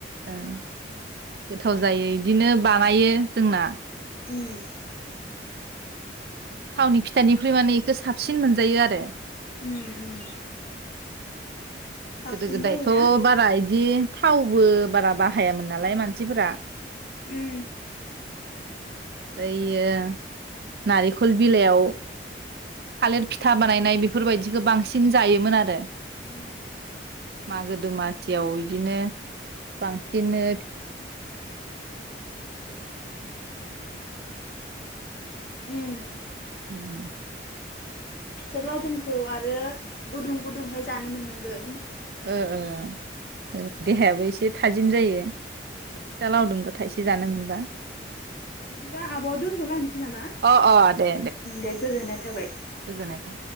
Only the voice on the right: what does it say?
ओं गोथाव जायो इदिनो बानायो जोंना
थावनि फिथानिख्रुइ माने इको साबसिन मोनजायो आरो।
गोदो गोदायथ
बारा इदि थावबो बारा बाहायामोन नालाय मानसिफोरा
बैयो नारेंखल बिलाइयाव थालिर फिथा बानायनाय बेफोरबायदिखौ बांसिन जायोमोन आरो
मागो दमासियाव बिदिनो बांसिननो
<unintelligible>
ओ ओ देहायाबो एसे थाजिम जायो फिथा
लावदुम थाइसे जानो मोनबा
अ अ दे
गोजोननाय थाबाय।